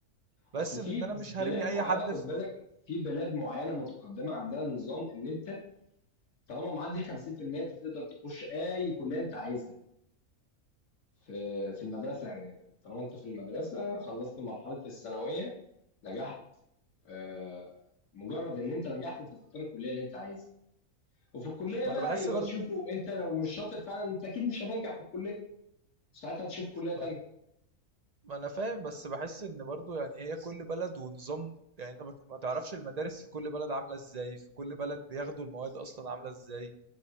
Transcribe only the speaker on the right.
بس
من إن أنا مش
هرمي أي
حد
في
ما
أنا بحس
برضه
ما أنا ما أنا فاهم بس بحس إن برضه يعني هي كل بلد ونظام يعني أنت ما ت- ما تعرفش المدارس في كل بلد عاملة إزاي في كل بلد بياخدوا المواد أصلا عاملة إزاي